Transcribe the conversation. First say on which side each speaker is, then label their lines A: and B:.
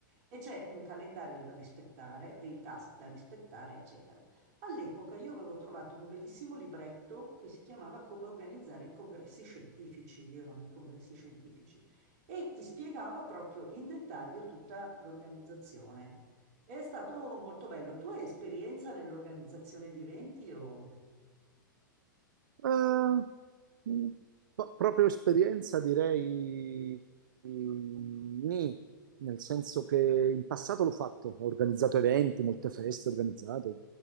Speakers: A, on the right (about 50°); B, on the right (about 70°).
A: E c'è un calendario da rispettare, dei task da rispettare, eccetera. All'epoca io avevo trovato un bellissimo libretto che si chiamava Come organizzare congressi scientifici. Io ero nei congressi scientifici e ti spiegava proprio in dettaglio tutta l'organizzazione. È stato molto bello. Tu hai esperienza nell'organizzazione di eventi o...
B: Eh, mh, no, proprio esperienza direi mh, nì, nel senso che in passato l'ho fatto, ho organizzato eventi, molte feste, ho organizzato